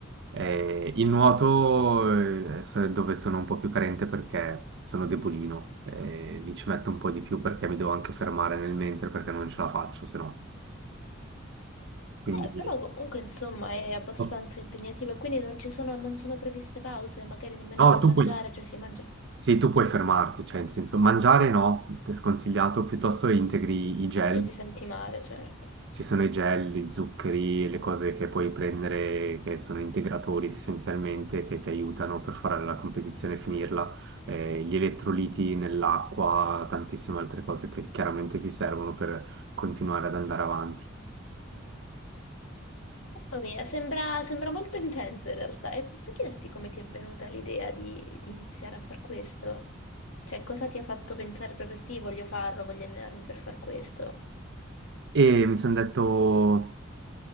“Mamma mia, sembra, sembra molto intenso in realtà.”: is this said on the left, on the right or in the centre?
Left